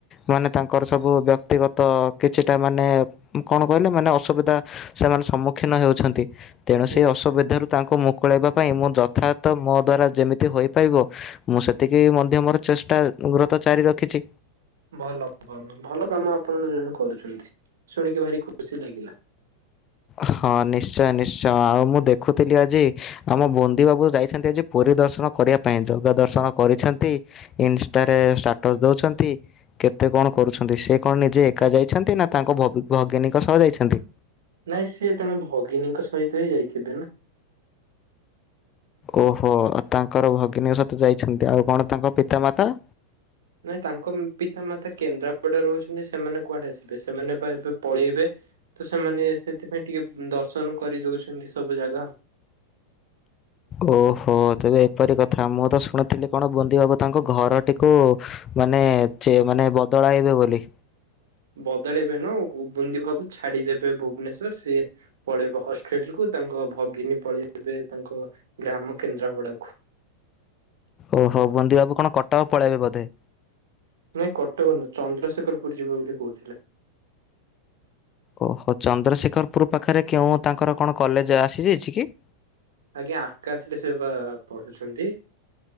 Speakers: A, on the left (about 30°); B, on the right (about 60°).
A: ମାନେ ତାଙ୍କର ସବୁ ବ୍ୟକ୍ତିଗତ କିଛିଟା ମାନେ କଣ କହିଲେ ମାନେ ଅସୁବିଧା? ସେମାନେ ସମ୍ମୁଖୀନ ହେଉଛନ୍ତି। ତେଣୁ ସେ
B: ଓ
A: ଅସୁବିଧାରୁ ତାଙ୍କୁ ମୁକୁଳାଇବା ପାଇଁ ମୁଁ ଯଥାର୍ଥ ମୋ ଦ୍ଵାରା ଯେମିତି ହୋଇପାରିବ। ମୁଁ ସେତିକି ମଧ୍ୟ ମୋର ଚେଷ୍ଟା ଗୁରତ ଜାରି ରଖିଛି।
B: ଭଲ ଭଲ ଭଲ କାମ ଆପଣ ଜଣେ କରୁଛନ୍ତି? ଶୁଣିକି ଭାରି ଖୁସି ଲାଗିଲା।
A: ହଁ ନିଶ୍ଚୟ ନିଶ୍ଚୟ ଆଉ ମୁଁ ଦେଖୁଥିଲି ଆଜି ଆମ ବନ୍ଦୀ ବାବୁ ଯାଇଛନ୍ତି ଆଜି ପୁରୀ ଦର୍ଶନ କରିବା ପାଇଁ ଜଗ ଦର୍ଶନ କରିଛନ୍ତି। ଇନଷ୍ଟାରେ ଷ୍ଟାଟସ ଦଉଛନ୍ତି। କେତେ କଣ କରୁଛନ୍ତି? ସେ କଣ ନିଜେ ଏକା ଯାଇଛନ୍ତି ନା ତାଙ୍କ ଭଜ୍ଞାନୀଙ୍କ ସହ ଯାଇଛନ୍ତି?
B: ନାଇଁ ସିଏ ତମେ ଭଗିନୀଙ୍କ ସହିତ ହିଁ ଯାଇଥିବେ ନା।
A: ଓହୋ ତାଙ୍କର ଭଗିନୀଙ୍କ ସତେ ଯାଇଛନ୍ତି। ଆଉ କଣ ତାଙ୍କ ପିତାମାତା?
B: ନାଇ ତାଙ୍କ ପିତା ମାତା କେନ୍ଦ୍ରାପଡା ରହୁଛନ୍ତି। ସେମାନେ କୁଆଡେ ଆସିବେ ସେମାନେ ବା ଏବେ ପଳେଇବେ। ତ ସେମାନେ ସେଥିପାଇଁ ଟିକେ ଦର୍ଶନ କରିଦଉଛନ୍ତି ସବୁ ଜାଗା ଆ।
A: ଓହୋ ତେବେ ଏପରି କଥା ମୁଁ ତ ଶୁଣିଥିଲି କଣ ବନ୍ଦୀ ବାବୁ ତାଙ୍କ ଘରଟିକୁ? ମାନେ ଚେ ମାନେ ବଦଳାଇବେ ବୋଲି।
B: ବଦାଳିବ ନୁହଁ ବୁନ୍ଦି ବାବୁ ଛାଡିଦେବେ ଭୁବନେଶ୍ଵର। ସିଏ ପଳେଇବେ ହଷ୍ଟେଲ କୁ ତାଙ୍କ ଭଗିନୀ ପଳେଇବେ ତାଙ୍କ ଗ୍ରାମ କେନ୍ଦ୍ରାପଡା କୁ।
A: ଓ ହୋ ବନ୍ଦୀ ବାବୁ କଣ କଟକ ପଳେଇବେ ବୋଧେ?
B: ନାଇଁ କଟକ ଚନ୍ଦ୍ରଶେଖରପୁର ଯିବେ ବୋଲି କହୁଥିଲେ।
A: ଓହୋ ଚନ୍ଦ୍ରଶେଖରପୁର ପାଖରେ କେଉଁ ତାଙ୍କର କଣ କଲେଜ ଆସିଯାଇଛି କି?
B: ଆଜ୍ଞା ଆକାଶରେ ସିଏ ବା ପଢ଼ୁଛନ୍ତି।